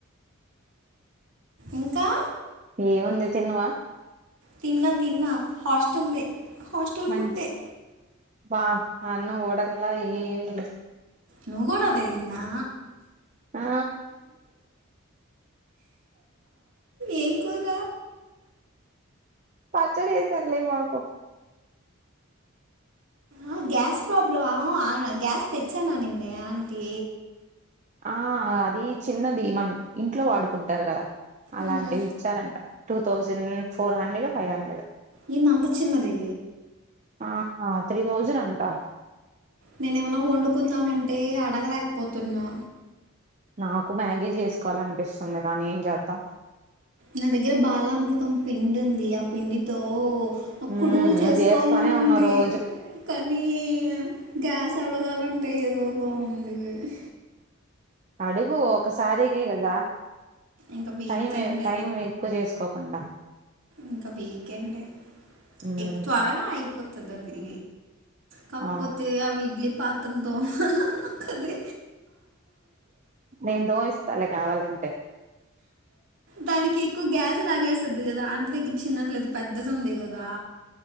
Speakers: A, on the right; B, on the right.
A: ఇంకా
B: ఏముంది తిన్నావా
A: తిన్నా తిన్నా హస్టల్ ది హాస్టల్
B: మంచి
A: ఫుడ్ ఏ
B: బా అన్నం ఉడకలా ఏమిలా
A: నువ్వు కూడా అదే విన్నా
B: ఆ
A: ఏం కూర
B: పచ్చడి ఏశార్లే మాకు
A: ఆ గ్యాస్ ప్రాబ్లెమ్ ఆ గ్యాస్ తెచ్చాను అనిందే ఆంటీ
B: ఆ అది చిన్నది మన ఇంట్లో వాడుకుంటారు కదా అలాంటిది
A: మ్మ్.
B: ఇచ్చారంట two thousand four hundred do five hundred
A: ఏంది అంత చిన్నది
B: ఆ త్రీ తౌజండ్ అంటా
A: నేను ఏమన్నా వండుకుందాం అంటే అడగలేకపోతున్నా
B: నాకు మ్యాగీ చేసుకోవాలి అనిపిస్తుంది కానీ ఏం చేద్దాం
A: నా దగ్గర బాలామృతం పిండి ఉంది పిండితో
B: మ్మ్
A: కుడుములు చేసుకోవాలని
B: చేస్తానే
A: ఉంది
B: ఉన్నా రోజు
A: కానీ గ్యాస్ అడగాలంటే ఏదో బాగుంది గాని
B: అడుగు ఒకసారికే కదా
A: ఇంకా వీకెండే
B: టైం ఏ టైం ఎక్కువ చేసుకో కోకుండా
A: ఇంకా వీకెండ్
B: మ్మ్
A: ఏ త్వరగా అయిపోతుంది అది కాకపోతే
B: ఆ
A: అవి ఇడ్లీ పాత్రలు తోమలా నా కదే
B: నేను తోమి ఇస్తాలే కావాలంటే
A: దానికి ఎక్కువ గ్యాస్ లాగేస్తది కదా ఆంటి దగ్గర చిన్నది లేదు పెద్దది ఉంది కదా